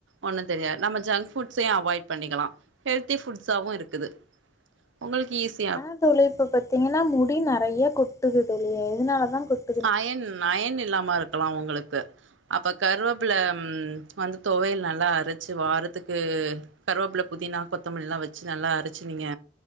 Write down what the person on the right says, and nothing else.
ஒன்னு தெரியாது நம்ம ஜங்க் ஃபுட்ஸையு அவாய்ட் பண்ணிக்கலா ஹெல்தி ஃபுட்ஸவு இருக்குது உங்களுக்கு ஈசி
அயன் அயன் இல்லாம இருக்கலாம் உங்களுக்கு அப்ப கருவப்புல வந்து தொவயல் நல்லா அரைச்சு வாரத்துக்கு கருவப்பில புதினா கொத்தமல்லி லாம் வச்சு நல்லா அரைச்சு நீங்க